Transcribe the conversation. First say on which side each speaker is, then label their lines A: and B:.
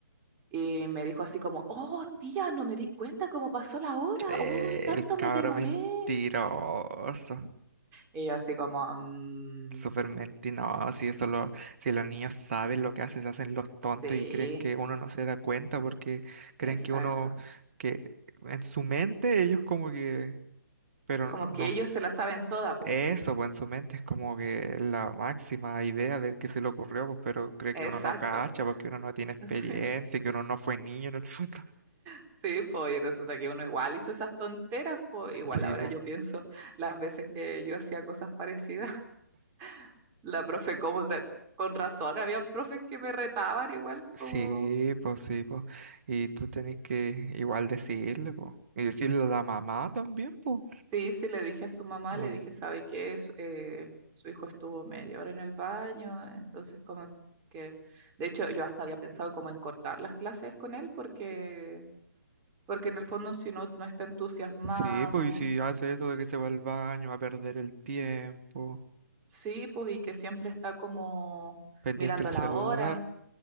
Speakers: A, on the right (about 20°); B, on the right (about 45°).
A: Y me dijo así como, oh, tía, no me di cuenta cómo pasó la hora,
B: Eh,
A: hoy tanto
B: el cabro
A: me demoré.
B: mentiroso.
A: Y yo así como... "Mm".
B: Súper mentiroso. Si eso lo, si los niños saben lo que hacen, se hacen los tontos
A: Sí,
B: y creen que uno no se da cuenta porque creen
A: exacto.
B: que uno, que en su mente ellos como que, pero
A: Como
B: no,
A: que ellos
B: s-
A: se la saben toda, po.
B: eso, pues en su mente es como que la máxima idea del que se le ocurrió, pues, pero cree
A: Exacto.
B: que uno no cacha, porque uno no tiene experiencia,
A: <laughs>
B: que uno no fue niño en el <laughs> fútbol.
A: Sí, sí, po, y resulta que uno igual hizo esas tonteras, po. Igual
B: Sí,
A: ahora
B: pues.
A: yo pienso las veces que yo hacía cosas parecidas. <laughs> La profe, como, o sea, con razón, habían profes que me retaban igual,
B: Sí,
A: como.
B: pues sí, pues. Y tú tenés que igual decirle, pues. Y decirle a la mamá también, pues.
A: Sí, sí, le dije a su mamá,
B: Eh,
A: le dije, ¿sabe qué? Su, eh, su hijo estuvo media hora en el baño, entonces como que. De hecho, yo hasta había pensado como en cortar las clases con él porque porque en el fondo si uno no está entusiasmado,
B: Sí, pues, y si hace eso de que se va al baño, va a perder el tiempo,
A: sí, pues y que siempre está como
B: pendiente
A: mirando
B: el celular.
A: la hora